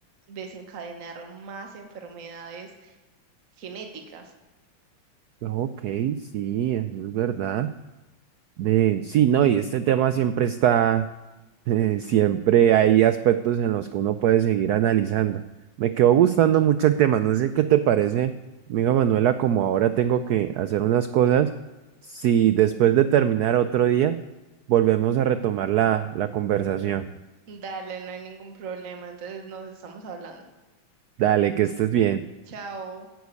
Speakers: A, on the right; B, on the right.
A: desencadenar más enfermedades genéticas.
B: Ok, sí, eso es verdad. Eh, sí, no, y este tema siempre está, <laughs> eh, siempre hay aspectos en los que uno puede seguir analizando. Me quedó gustando mucho el tema, no sé qué te parece, amiga Manuela, como ahora tengo que hacer unas cosas, si después de terminar otro día, volvemos a retomar la, la conversación.
A: Dale, no hay ningún problema, entonces nos estamos hablando.
B: Dale, que estés bien.
A: Chao.